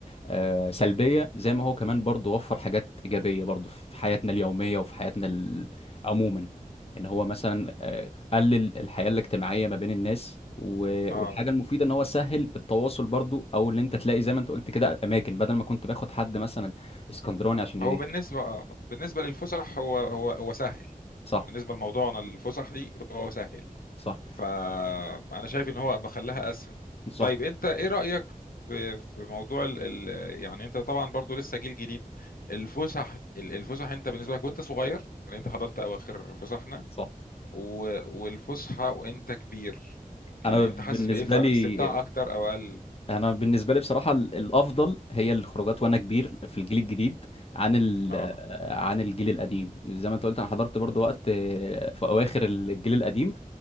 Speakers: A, on the left; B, on the left.
A: آه، سلبية زي ما هو كمان برضو وفر حاجات إيجابية برضو في حياتنا اليومية وفي حياتنا ال- عموما إن هو مثلا آه، قلل الحياة الاجتماعية ما بين الناس و-
B: آه.
A: والحاجة المفيدة إن هو سهل التواصل برضو أو اللي أنت تلاقي زي ما أنت قلت كده أماكن بدل ما كنت باخد حد مثلا اسكندراني عشان ي...
B: هو بالنسبه آه. بالنسبه للفسح هو هو هو سهل
A: صح
B: بالنسبه لموضوعنا الفسح دي هو سهل
A: صح
B: فانا شايف ان هو بخليها اسهل
A: صح
B: طيب انت ايه رايك في في موضوع ال ال يعني انت طبعا برضو لسه جيل جديد الفسح ال- الفسح انت بالنسبه لك وانت صغير يعني انت حضرت اواخر فسحنا
A: صح
B: و- والفسحه وانت كبير يعني
A: أنا بالنسبة
B: انت حاسس بايه فرق
A: لي
B: استمتاع اكتر او اقل
A: انا بالنسبه لي بصراحه ال- الافضل هي الخروجات وانا كبير في الجيل الجديد عن ال
B: اه
A: عن الجيل القديم زي ما انت قلت انا حضرت برضو وقت آه، في اواخر الجيل القديم